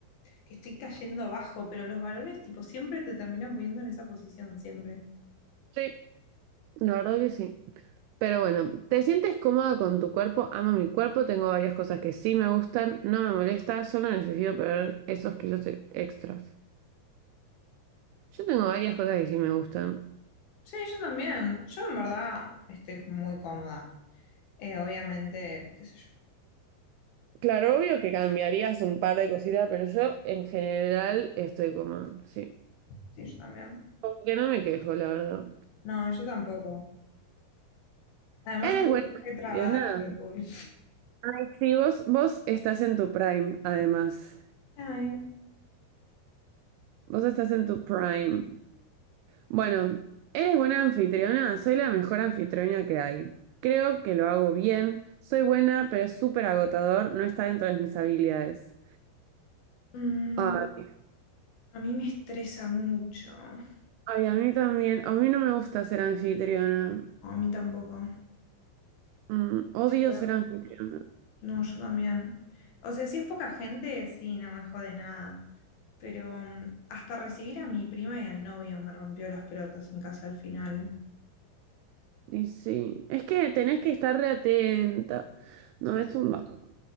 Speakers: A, on the left; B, on the right.
A: que estoy cayendo bajo, pero los varones tipo siempre te terminan poniendo en esa posición, siempre.
B: Sí, la verdad que sí. Pero bueno, ¿te sientes cómoda con tu cuerpo? Amo mi cuerpo, tengo varias cosas que sí me gustan, no me molesta, solo necesito perder esos kilos e- extras. Yo tengo varias cosas que sí me gustan.
A: Sí, yo también. Yo en verdad estoy muy cómoda. Eh, obviamente, qué sé yo.
B: Claro, obvio que cambiarías un par de cositas, pero yo en general estoy como, sí.
A: Sí, yo también.
B: Porque no me quejo, la verdad.
A: No, yo tampoco. Además,
B: Eres
A: tú
B: buena
A: re trabada
B: nada.
A: con alcohol.
B: Ay, sí, vos, vos estás en tu prime, además.
A: Ay,
B: Vos estás en tu prime. Bueno, eres buena anfitriona. Soy la mejor anfitriona que hay. Creo que lo hago bien. Soy buena, pero es súper agotador. No está dentro de mis habilidades.
A: mm,
B: Ay,
A: a mí me estresa mucho. No,
B: ay, a mí también. A mí no me gusta ser anfitriona.
A: a mí tampoco.
B: Mm,
A: Sí,
B: odio
A: bueno,
B: ser anfitriona.
A: no, yo también. O sea, si es poca gente, sí, no me jode nada. Pero mm, hasta recibir a mi prima y al novio me rompió las pelotas en casa al final.
B: Y sí. Es que tenés que estar re atenta. No,
A: Sí,
B: es un bajo.